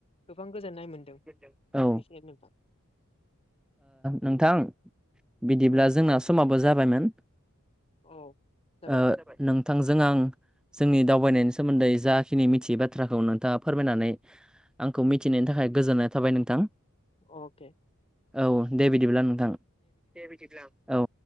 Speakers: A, on the left (about 25°); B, in the centre.
A: गोबां गोजोननाय मोनदों।
B: औ ओ
A: बेखिनियानो नोंथां
B: नोंथां बिदिब्ला
A: उम
B: जोंना समाबो जाबायमोन।
A: औ जाबाय
B: ओ नोंथांजों आं जोंनि दावबायनायनि सोमोन्दै जाखिनि मिथियै बाथ्राखौ नोंथाङा फोरमायनानै आंखौ मिथिहोनायनि थाखाय गोजोननाय थाबाय नोंथां।
A: अके।
B: औ दे बिदिब्ला नोंथां दे बिदिब्ला औ।